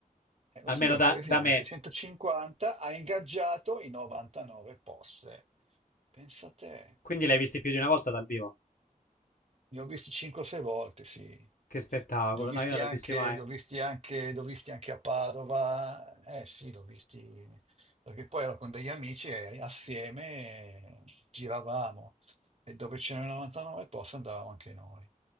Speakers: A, on the right; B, on the left.
A: E questo
B: almeno
A: qui è
B: da,
A: un paesino
B: da me.
A: di 650, ha ingaggiato i 99 posse. Pensa a te.
B: Quindi l'hai visti più di una volta dal vivo.
A: Li ho visti 5-6 volte, sì.
B: Che spettacolo,
A: Li ho visti
B: no, io non
A: anche,
B: l'ho visti mai.
A: li ho visti anche, li ho visti anche a Padova. Eh sì, li ho visti perché poi ero con degli amici e assieme giravamo e dove c'erano 99 posti andavamo anche noi.